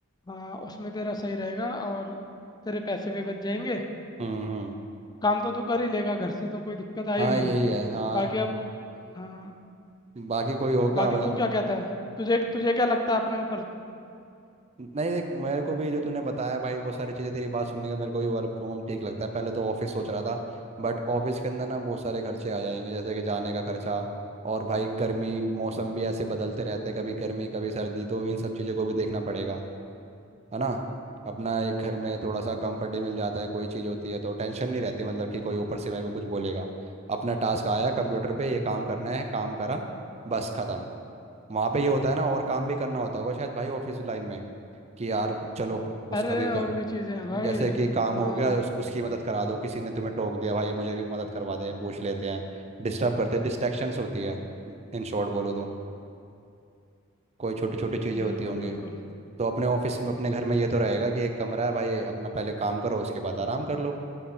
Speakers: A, on the left; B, on the right.
A: हाँ उसमें तेरा सही रहेगा और तेरे पैसे भी बच जाएंगे
B: हम्म हम्म
A: काम तो तू कर ही लेगा घर से तो कोई दिक्कत
B: हाँ
A: आएगी
B: यही
A: नहीं
B: है हाँ
A: बाकी अब हाँ
B: बाकी कोई होगा
A: बाकी
B: मतलब
A: तू क्या कहता है तुझे तुझे क्या लगता है अपने ऊपर
B: नहीं देख मेरे को भी जो तूने बताया भाई वो सारी चीज़ें तेरी बात सुनने का मेरे को भी वर्क फ्रॉम होम ठीक लगता है पहले तो ऑफिस सोच रहा था बट ऑफिस के अंदर ना बहुत सारे खर्चे आ जाएंगे जैसे कि जाने का खर्चा और भाई गर्मी मौसम भी ऐसे बदलते रहते हैं, कभी गर्मी कभी सर्दी तो इन सब चीज़ों को भी देखना पड़ेगा है ना अपना एक घर में थोड़ा सा कंफर्ट ही मिल जाता है कोई चीज़ होती है तो टेंशन नहीं रहती मतलब कि कोई ऊपर से मेरे को कुछ बोलेगा अपना टास्क आया कंप्यूटर पे ये काम करना है काम करा बस खत्म वहाँ पे ये होता है ना और काम भी करना होता होगा शायद भाई ऑफिस लाइन में कि यार चलो उसका
A: अरे
B: भी
A: और
B: का
A: भी चीज़ें हैं भाई
B: जैसे कि काम
A: हाँ
B: हो गया उस, उसकी मदद करा दो किसी ने तुम्हें टोक दिया भाई ये मुझे भी मदद करवा दे पूछ लेते हैं डिस्टर्ब करते हैं डिस्ट्रैक्शंस होती है इन शॉर्ट बोलो तो कोई छोटी छोटी चीज़ें होती
A: बिल्कुल
B: होंगी
A: बिल्कुल
B: तो अपने ऑफिस में अपने घर में ये तो रहेगा कि एक कमरा है भाई अपना पहले काम करो उसके बाद आराम कर लो